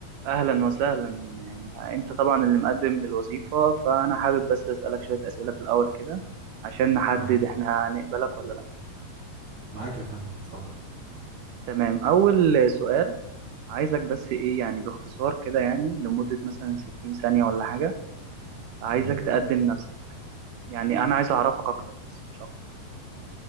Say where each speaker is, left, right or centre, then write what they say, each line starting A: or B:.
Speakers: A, on the right; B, on the right.
A: أهلا وسهلا آه، أنت طبعا اللي مقدم للوظيفة فأنا حابب بس أسألك شوية أسئلة في الأول كده عشان نحدد
B: معاك
A: إحنا هنقبلك ولا لأ
B: معاك يا فندم اتفضل
A: تمام أول سؤال عايزك بس إيه يعني باختصار كده يعني لمدة مثلا 60 ثانية ولا حاجة عايزك
B: مم.
A: تقدم نفسك يعني أنا عايز أعرفك أكتر بس مش أكتر